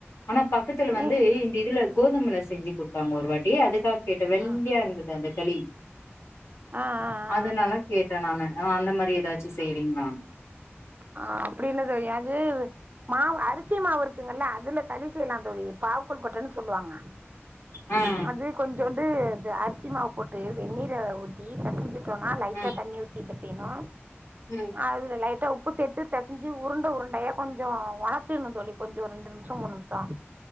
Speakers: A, on the left; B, on the right.
A: ஆனா பக்கதுல
B: நீ
A: வந்து இந்த இதுல கோதுமல செஞ்சு குடுத்தாங்க ஒரு வாட்டி அதுக்காக கேட்ட வெள்ளயா
B: ஆ
A: இருந்தது அந்த களி
B: ஆ ஆஆ
A: அதனால கேட்டன் நானு அந்த மாரி ஏதாச்சு செய்றீங்ளானு
B: ஆ அப்டின் தெரியாது மாவு அரிசி மாவு இருக்குங்கல்ல அதுல களி செய்லாம் தோழி பாவு கொழுகட்டனு சொல்லுவாங்க
A: ம்
B: இது கொஞ்சோண்டு இது அரிசி மாவு போட்டு வெந்நீர ஊத்தி பெசஞ்சி டோனா லைட்டா
A: ஆ
B: தண்ணி ஊத்தி பெசயனு
A: ம்
B: அதுல லைட் உப்பு சேர்த்து பெசஞ்சி உருண்ட உருண்டயா கொஞ்ஜோம் ஒனர்த்திர்ன்ணு தோழி கொஞ்ஜோம் ஒரு ரெண்டு நிம்ஷம் மூண் நிம்ஷம்